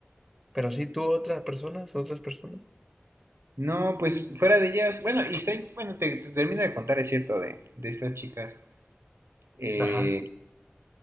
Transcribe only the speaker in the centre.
pero sí, tú, otras personas, otras personas.
Ajá.